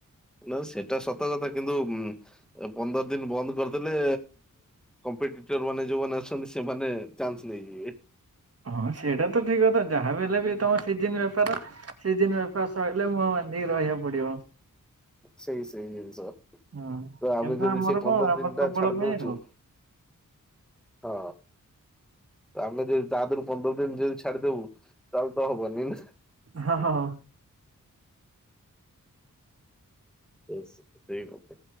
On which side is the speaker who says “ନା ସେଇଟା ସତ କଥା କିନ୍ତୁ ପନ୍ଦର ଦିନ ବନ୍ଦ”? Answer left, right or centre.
Centre